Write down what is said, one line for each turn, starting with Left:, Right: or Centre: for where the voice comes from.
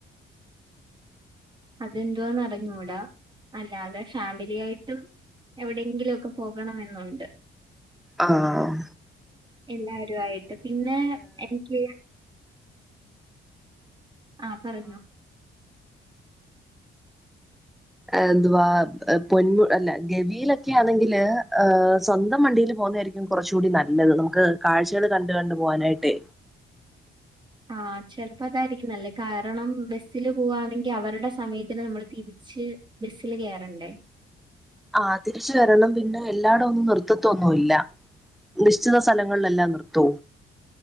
Right: അതെന്തോവാന്ന് അറിഞ്ഞൂടാ അല്ലാതെ ഫാമിലി ആയിട്ടും എവിടെയെങ്കിലും ഒക്കെ പോകണമെന്നുണ്ട്
Centre: ആഹ്
Right: എല്ലരും ആയിട്ട് പിന്നെ എനിക്ക് ആ പറഞ്ഞോ
Centre: എന്ത്വവാ പൊന്മു അല്ല ഗവിയിലൊക്കെ ആണെങ്കില് ഏ സ്വന്തം വണ്ടില് പോവുന്നായിരിക്കും കുറച്ച്‌ കൂടി നല്ലത് നമുക്ക് കാഴ്ചകൾ കണ്ട് കണ്ട് പോവാനായിട്ടേ
Right: ആഹ ചെലപ്പോ അതായിരിക്കും നല്ലത്‌ കാരണം ബസില് പോവാവാണെങ്കി അവരുടെ സമയത്തി നമ്മൾ തിരിച്ച് ബസില് കയറണ്ടേ
Centre: ആ തിരിച്ചു വരണം പിന്നെ എല്ലായിട ഒന്നും നർത്തത്തൊന്നുമല്ല നിശ്ചിത സ്ഥലങ്ങളിലെല്ലാം നിർത്തൂ